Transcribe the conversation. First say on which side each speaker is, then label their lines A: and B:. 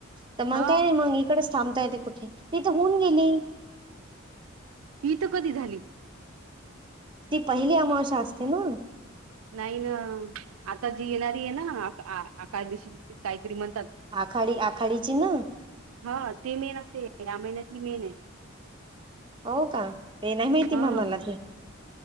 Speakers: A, on the right (about 25°); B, on the right (about 80°).
A: तर मग
B: हा
A: काय नाही मग इकडेच थांबता य ते कुठे तथे होऊन गेली
B: ती तर कधी झाली
A: ती पहिली अमाशा असते ना
B: नाही ना आता जी येणारी आहे ना आका दिशी काही म्हणात
A: आखाडी आखाडीची ना
B: हा ते मेन असते ते आ मना मे नाही
A: हो का ते नाही माहिती
B: हा
A: म मला त